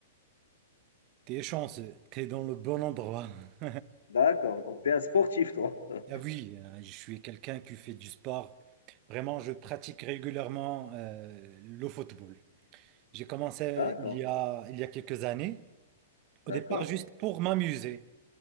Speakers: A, on the right (about 40°); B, on the left (about 75°).
A: T'es chanceux, t'es dans le bon endroit. <laughs>
B: D'accord. Donc, tu es un sportif, toi. <laughs>
A: Ah oui, euh, je suis quelqu'un qui fait du sport. Vraiment, je pratique régulièrement euh, le football. J'ai commencé
B: D'accord.
A: il y a, il y a quelques années,
B: D'accord.
A: au départ juste pour m'amuser,